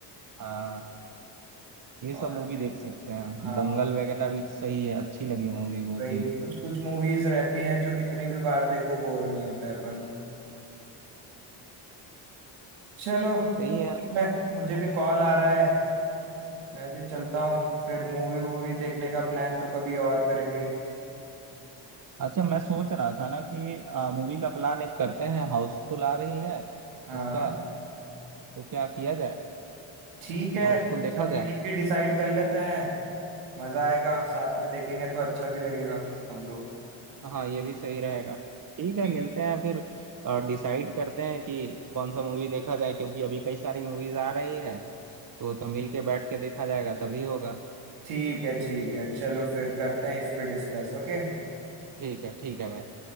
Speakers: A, on the right; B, on the right.
A: हाँ ये
B: और
A: सब मूवी देख सकते हैं
B: हाँ
A: दंगल वगैरह भी सही है अच्छी लगी मूवी वो
B: कई
A: भी
B: कुछ कुछ मूवीज रहती हैं जो कितनी भी बार देखो बोर नहीं होते अपन चलो
A: सही है
B: ठीक है मुझे भी कॉल आ रहा है मैं भी चलता हूँ फिर मूवी वूवी देखने का प्लान तो कभी और करेंगे
A: अच्छा मैं सोच रहा था ना कि मूवी का प्लान एक करते हैं हाउसफुल आ रही है
B: हाँ
A: उसका तो क्या किया जाए
B: ठीक है
A: हाउसफुल देखा
B: सब
A: जाए
B: मिलके डिसाइड कर लेते हैं मजा आएगा साथ में देखेंगे तो अच्छा भी लगेगा सब लोग
A: हाँ ये भी सही रहेगा ठीक है
B: ठीक
A: मिलते
B: है
A: हैं फिर डिसाइड करते हैं कि कौन सा मूवी देखा जाए क्योंकि अभी कई सारी मूवीज आ रही है तो तो मिल के बैठ के देखा जाएगा तभी होगा
B: ठीक है ठीक है चलो फिर करते हैं इस पे डिस्कस ओके
A: ठीक है ठीक है भाई